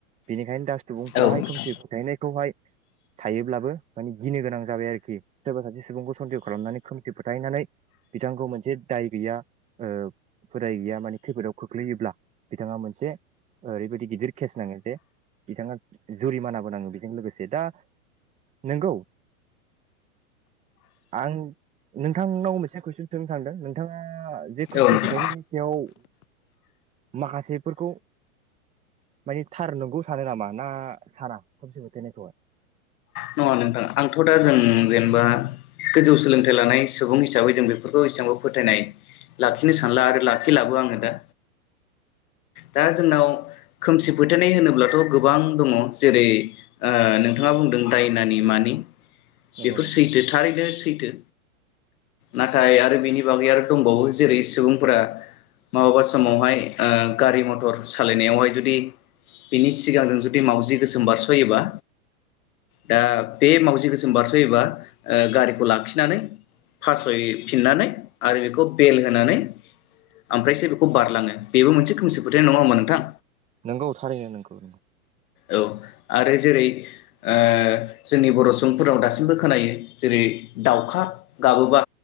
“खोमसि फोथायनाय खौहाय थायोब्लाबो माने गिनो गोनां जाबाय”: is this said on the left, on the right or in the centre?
Right